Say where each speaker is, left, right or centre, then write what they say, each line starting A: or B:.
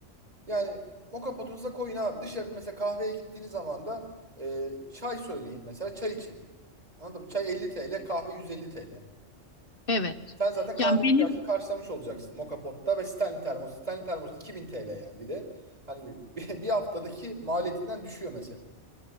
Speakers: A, on the right; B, on the left.
A: Yani moka potunuza koyun abi. Dışarı mesela kahveye gittiğiniz zaman da e, çay söyleyin mesela çay için. Anladın mı? Çay 50 TL, kahve 150 TL.
B: Evet.
A: Sen zaten kahve
B: Yani
A: ihtiyacını
B: benim
A: karşılamış olacaksın moka potta ve Stanley termos. Stanley termos 2000 TL yani bir de. Hani bir, <laughs> bir haftadaki maliyetinden düşüyor mesela.